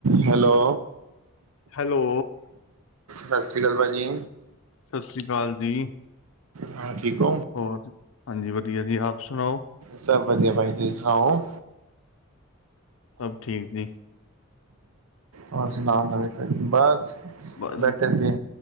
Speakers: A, on the right; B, on the left.
A: Hello
B: hello?
A: ਸਾਸ੍ਰੀਕਾਲ ਭਾਜੀ।
B: ਸਾਸ੍ਰੀਕਾਲ ਦੀ।
A: ਹਾਂ ਠੀਕ ਓਂ?
B: ਹੋਰ, ਹਾਂਜੀ ਵਦੀਆ ਜੀ ਆਪ ਸੁਣਾਓ?
A: ਸਬ ਵਦੀਆ ਭਾਜੀ ਤੁਸੀ ਸੁਣਾਓ?
B: ਸਬ ਠੀਕ ਦੀ।
A: ਔਰ ਸੁਨਾਓ ਨਵੀ -ਤਾਜੀ? ਬਸ
B: ਬਸ
A: ਬੈਠੇ ਸੀ।